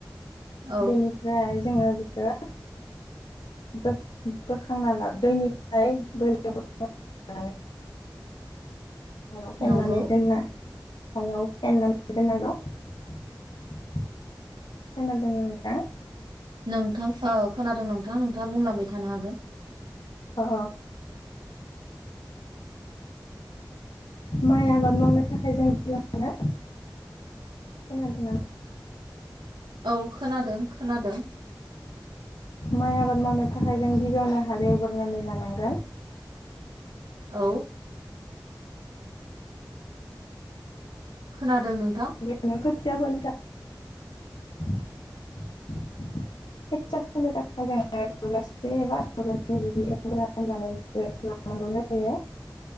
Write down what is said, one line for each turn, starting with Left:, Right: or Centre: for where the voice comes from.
Right: औ
Left: बेनिफ्राय जोङो बेखौ बोखांना ला दैनिफ्राय बोरियाव बोखांना हायाव फेनानै
Right: नंगौ
Left: दोनना। हायाव फेनानै दोननांगौ। खोनादों नोंथां?
Right: नोंथां ओ खोनादों नोंथां नोंथाङा बुंलांबाय थानो हागोन।
Left: अ। माइ आबाद मावनो थाखाय जों गिबियावनो
Right: औ खोनादों खोनादों
Left: माइ आबाद मावनो थाखाय जों गिबियावनो हाल एवग्रोनानै लानांगोन।
Right: औ खोनादों नों
Left: बिदिनो खोथिया फोनो थाखाय खोथिया फोनो थाखाय जोङो दबलाइसे एबा दबलाइनै बिदि एवनानै लानाय लानांगौ जायो